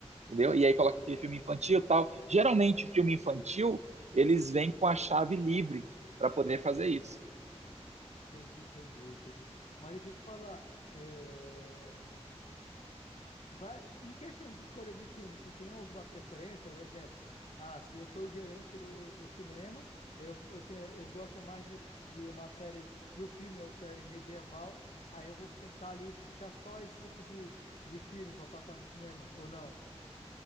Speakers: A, on the right; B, on the left.
A: entendeu? E aí coloca aquele filme infantil, tal. Geralmente filme infantil eles vêm com a chave livre para poder fazer isso.
B: Entendi, entendi, entendi. Mas deixa eu te falar, eh, Vai, em questão de escolha de filme, se tem alguma preferência, um exemplo. Ah, se eu sou o gerente do, do cinema, eu, eu, tenho, eu gosto mais de, de uma série, de um filme ou série medieval, aí eu vou tentar ali puxar só esse tipo de, de filme para passar no cinema, ou não.